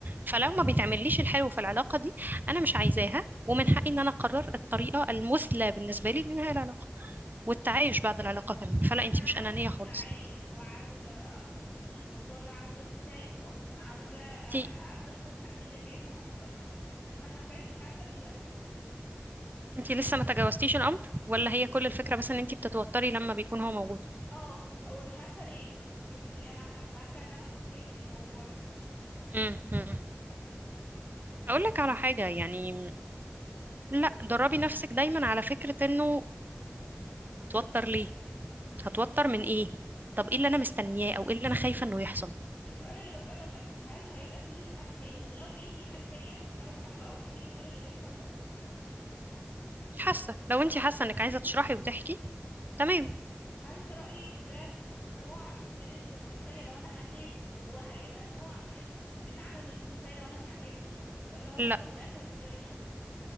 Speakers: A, on the right (about 50°); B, on the left (about 40°).
A: فلو ما بيتعمليش الحلو في العلاقه دي انا مش عايزاها ومن حقي ان انا اقرر الطريقه المثلى بالنسبه لي لانهاء العلاقه والتعايش بعد العلاقة كمان فلا
B: انا
A: انت
B: عاوزة
A: مش أنانية خالص
B: اتعايش وعاوزة اخرج من الموضوع ده عاوزة انساه اطلاقا عاوزة آه،
A: انت
B: ابدأ صفحة جديدة كأنه ما حصلش بس انا حرفيا مش عارفة دلوقتي
A: انت لسه ما تجاوزتيش الأمر ولا هي كل الفكرة بس ان انت بتتوتري لما بيكون هو موجود
B: اه هو مش عارفة ليه يعني انا فاكرة ان انا خطيت الموضوع ده
A: امم أقول لك على حاجة يعني لا دربي نفسك دايما على فكرة انه هتوتر ليه هتوتر من ايه طب ايه اللي انا مستنياه او ايه اللي انا خايفة انه يحصل
B: السؤال اللي بسأله لنفسي هل هيبقى في حد تاني ولو بقي في حد تاني انا مضطر اشرح له او احكي له كل اللي بيحصل ده
A: مش حاسة لو انت حاسة انك عايزة تشرحي وتحكي تمام
B: هل في رأيك ده نوع من المصداقية لو انا حكيت وهيبقى نوع من من عدم المصداقية لو انا ما حكيتش ولا هو
A: لا
B: في الاول والاخر اختياري الشخصي